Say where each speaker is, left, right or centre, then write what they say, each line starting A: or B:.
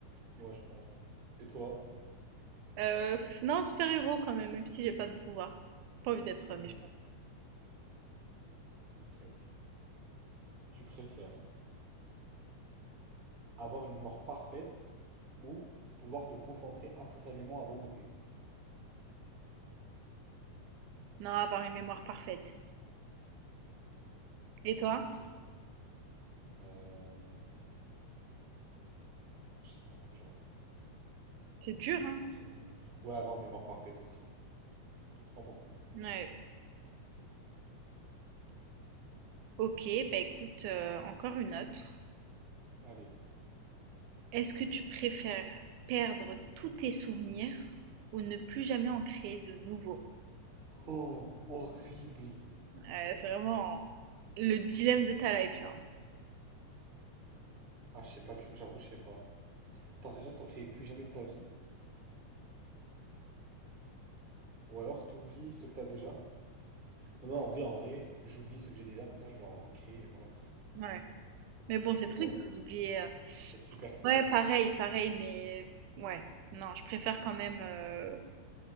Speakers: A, on the right; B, on the right.
A: Ouais, je pense. Et toi?
B: Euh, non, super-héros quand même, même si j'ai pas de pouvoir. Pas envie d'être euh, méchant.
A: Ok, ok, ok. Tu préfères avoir une mémoire parfaite ou pouvoir te concentrer instantanément à volonté?
B: Non, avoir une mémoire parfaite. Et toi?
A: Ok. Euh... Je sais même pas, j'avoue.
B: C'est dur,
A: Les
B: hein?
A: deux sont bons. Ouais, avoir une mémoire parfaite aussi. C'est trop important.
B: Ouais. Ok, bah écoute, euh, encore une autre.
A: Allez.
B: Est-ce que tu préfères perdre tous tes souvenirs ou ne plus jamais en créer de nouveaux?
A: Oh, horrible.
B: Ouais, c'est vraiment le dilemme de ta life là.
A: Ah, je sais pas, du- j'avoue, je sais pas. Attends, ça veut dire que t'en crées plus jamais de ta vie? Ou alors t'oublies ceux que t'as déjà? Non, en vrai, en vrai, j'oublie ceux que j'ai déjà, comme ça je vais en recréer, et voilà.
B: Ouais. Mais bon, c'est
A: Et
B: triste
A: toi?
B: d'oublier. euh,
A: Ah, c'est super triste.
B: Ouais, pareil, pareil, mais ouais. Non, je préfère quand même euh,